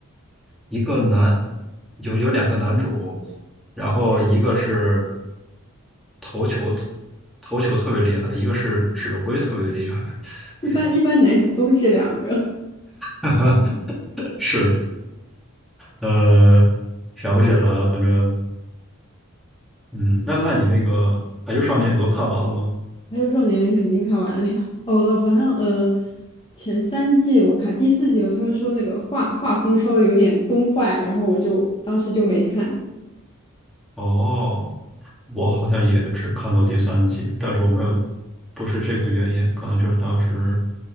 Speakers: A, in the centre; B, on the left (about 25°).
A: 一个男，有有两个男主，然后一个是投球投球特别厉害，一个是指挥特别厉害，
B: 一般一般男主都是这两个。
A: 对，<laughs> 是，呃，想不起来了，反正，嗯，那那你那个《排球少年》你都看完了吗？
B: 还有少年肯定看完了呀。哦，我好像呃前三季我看，第四季有他们说那个画画风稍微有点崩坏，然后我就当时就没看。
A: 哦，我好像也只看到第三集，但是我没有，不是这个原因，可能就是当时